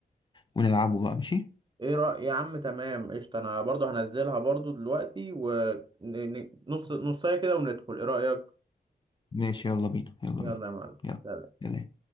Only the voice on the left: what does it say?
ونلعبه بقى ماشي
ماشي يلا بينا يلا
بينا
يلا
يلا